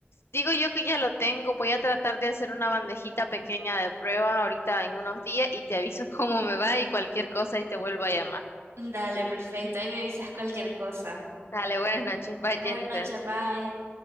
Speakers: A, on the left; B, on the right.
A: digo yo que ya lo tengo, voy a tratar de hacer una bandejita pequeña de prueba ahorita en unos días y te aviso <laughs> cómo me va y cualquier cosa y te vuelvo a llamar.
B: Dale, perfecto. Ahí me avisas cualquier cosa.
A: Dale, buenas noches, bye
B: Buenas
A: Jennifer.
B: noches, bye.